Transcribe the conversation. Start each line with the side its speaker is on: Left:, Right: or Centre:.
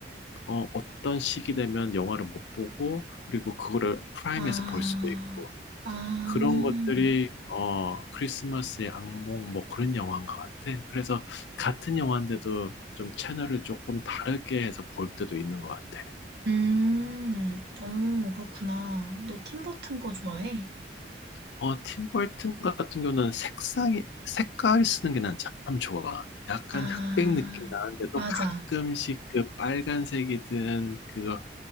Left: 어, 어떤 시기 되면 영화를 못 보고 그리고 그거를 프라임에서
Right: 아,
Left: 볼 수도 있고
Right: 아.
Left: 그런 것들이 어 크리스마스의 악몽 뭐 그런 영화인 것 같아. 그래서 같은 영화인데도 좀 채널을 조금 다르게 해서 볼 때도 있는 것 같아.
Right: 음. 오 그렇구나. 너 팀 버튼 거 좋아해?
Left: 어, 팀 버튼 같은 경우는 색상이 색깔 쓰는 게 난 참 좋아. 약간
Right: 아,
Left: 흑백 느낌 나는데도
Right: 맞아.
Left: 가끔씩 그 빨간색이든 그거